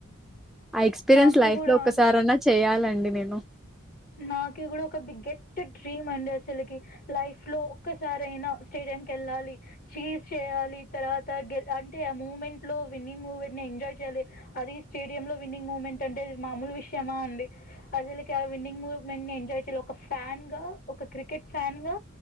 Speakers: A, in the centre; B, on the left.
A: ఆ ఎక్స్పీరియన్స్
B: నాకి
A: లైఫ్
B: కూడా
A: లో ఒక్కసారన్నా చేయాలని అండి నేను
B: నాకి కూడా ఒక బిగ్గెస్ట్ డ్రీమ్ అండి అసలుకి లైఫ్ లో ఒక్కసారైనా స్టేడియం కి వెళ్ళాలి చీజ్ చేయాలి తర్వాత అంటే ఆ మూమెంట్ లో విన్నింగ్ మూమెంట్ ని ఎంజాయ్ చేయాలి అది స్టేడియం లో విన్నింగ్ మూమెంట్ అంటే మామూలు విషయమా అండి అసలుకి అవ్ విన్నింగ్ మూమెంట్ ఎంజాయ్ చేయ ఒక ఫ్యాన్ గా ఒక క్రికెట్ ఫ్యాన్ గా